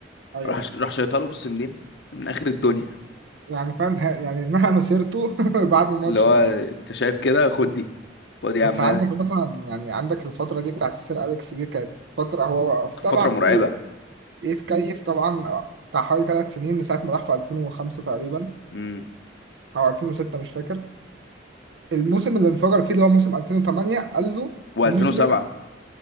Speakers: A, on the right (about 75°); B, on the left (about 65°).
A: ايوه
B: راح
A: ايوه
B: راح شيطها له بص منين من اخر الدنيا
A: يعني فاهم ه- يعني انها مسيرته <laughs> بعد الماتش
B: اللي هو
A: ده
B: انت شايف كده خد دي خد
A: بس
B: يا عمنا
A: عندك مثلا يعني عندك الفتره دي بتاعت السير اليكس دي كانت فتره هو طبعا
B: فترة مرعبة
A: فضل يتكيف طبعا آه، بتاع حوالي ثلاث سنين من ساعه ما راح في 2005 تقريبا
B: امم
A: او 2006 مش فاكر الموسم اللي انفجر فيه اللي هو موسم 2008 قال له
B: و2007
A: الموسم ده